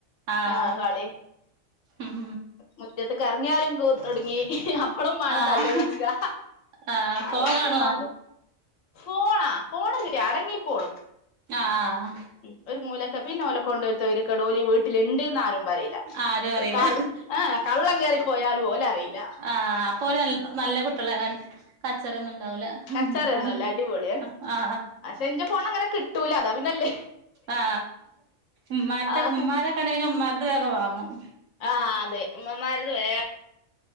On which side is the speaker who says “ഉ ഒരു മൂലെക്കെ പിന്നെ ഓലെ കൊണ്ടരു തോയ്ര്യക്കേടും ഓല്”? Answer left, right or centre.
Left